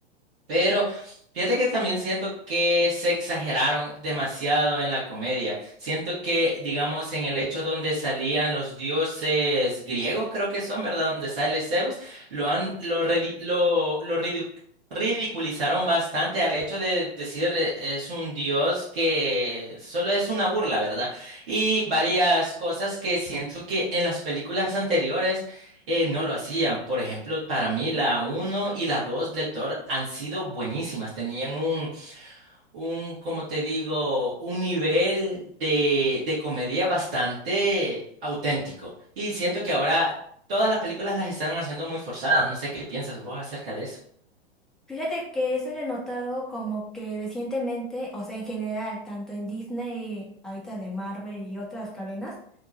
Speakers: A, on the right (about 55°); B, in the centre.
A: Pero fíjate que también siento que se exageraron demasiado en la comedia. Siento que, digamos, en el hecho donde salían los dioses griegos, creo que son, ¿verdad? Donde sale Zeus, lo han, lo, redi- lo, lo ridicu- ridiculizaron bastante al hecho de decir eh, es un dios que solo es una burla, ¿verdad? Y varias cosas que siento que en las películas anteriores eh, no lo hacían. Por ejemplo, para mí la uno y la 2 de Thor han sido buenísimas. Tenían un, un, como te digo, un nivel de, de comedia bastante auténtico. Y siento que ahora todas las películas las están haciendo muy forzadas. No sé qué piensas vos acerca de eso.
B: Fíjate que eso lo he notado como que recientemente, o sea, en general, tanto en Disney, ahorita de Marvel y otras cadenas,